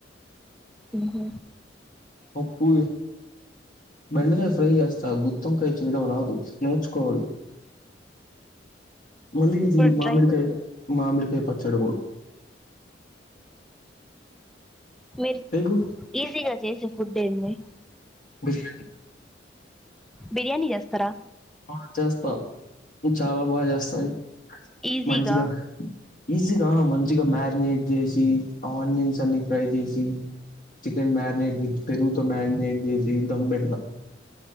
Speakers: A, in the centre; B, on the left.
A: ఉహ్.
B: పప్పు, బెండకాయ ఫ్రై చేస్ తా, గుత్తొంకాయ చేయడం రాదు, నేర్చుకోవాలి. మళ్ళీ
A: ఇప్పుడు
B: ఇది మామిడికాయ,
A: ట్రై
B: మామిడికాయ పచ్చడ కూడ.
A: మీరు
B: ఎందుకు?
A: ఈజీగా చేసే ఫుడ్ ఏంది?
B: బిర్యాని.
A: బిర్యానీ చేస్తరా.
B: ఆ చేస్తా చాలా బాగా చేస్తా నేను
A: ఈజీగా
B: మంచిగా. ఈజీగ మంచిగ మ్యారినేట్ చేసి ఆనియన్స్ అన్ని ఫ్రై చేసి చికెన్ మ్యారినేట్ విత్ పెరుగుతో మారినేట్ చేసి దమ్ పెడత